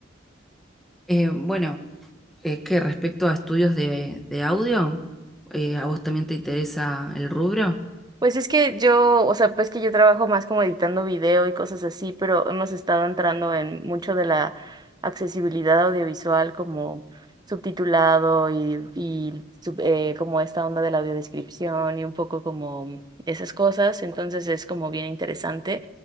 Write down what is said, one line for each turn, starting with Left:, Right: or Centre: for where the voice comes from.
Centre: Eh, bueno, eh, que respecto a estudios de, de audio, Eh, ¿a vos también te interesa el rubro?
Right: Pues es que yo, o sea, pues que yo trabajo más como editando video y cosas así, pero hemos estado entrando en mucho de la accesibilidad audiovisual como subtitulado y, y sub- eh, como esta onda de la audiodescripción y un poco como esas cosas, entonces es como bien interesante